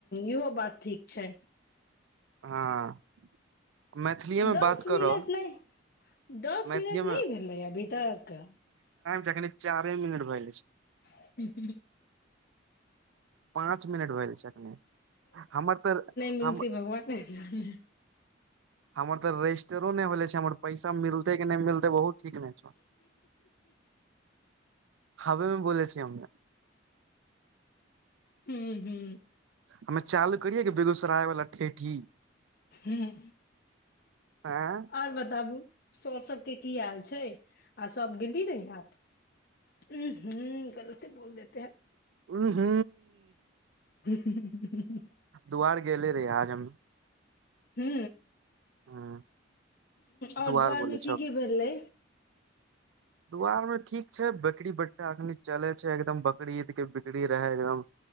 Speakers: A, on the left (about 55°); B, on the right (about 85°).
A: इहो बात ठीक छै
B: हँ मैथिलीए मे
A: दस
B: बात करऽ
A: मिनट नहि दस
B: मैथिलीए
A: मिनट
B: मे
A: नहि भेलै अभी तक
B: जनि चारि मिनट भैल छै
A: ह
B: पाँच मिनट भेलए छैखनी हमर तऽ
A: मिलतै
B: हम
A: भगवाने ए नहि
B: हमर तऽ रजिस्टरो नहि भेले छै हमर पैसा मिलते कि नहि मिलते बहुत ठीक ने छ हाबमे ब छी हमरा
A: हू हू
B: हमे चालू करियए कि बेगूसराय वालला ठेठी
A: ह
B: आँ
A: आओर बताबू सब सबके की हाल छै आ सब गेली रही आप ह ह गलते बोल देते हैं
B: ह हू
A: ह
B: दुआार गेले रही आज हम
A: हू
B: हूं
A: आओर
B: दुआर
A: दु्वारमे
B: बोले
A: की की भेलै
B: दुआरमे ठीक छै बकरी बटठा एखन चलै छै एकदम बकरी ईदके बिकरी रहै एकदम